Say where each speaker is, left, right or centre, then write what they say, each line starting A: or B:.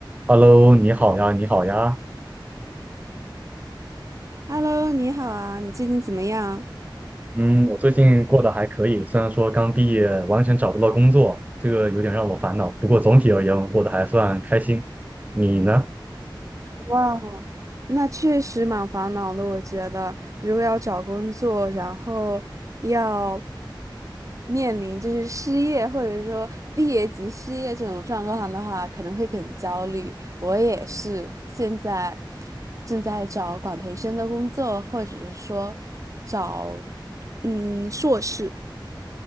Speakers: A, on the right; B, on the right.
A: Hello，你好呀，你好呀。
B: Hello，你好啊，你最近怎么样？
A: 嗯，我最近过得还可以，虽然说刚毕业，完全找不到工作，这个有点让我烦恼。不过总体而言，我过得还算开心。你呢？
B: 哇，那确实蛮烦恼的，我觉得如果要找工作，然后要面临就是失业或者说毕业即失业这种状况的话，可能会很焦虑。我也是，现在正在找管培生的工作，或者是说找嗯硕士。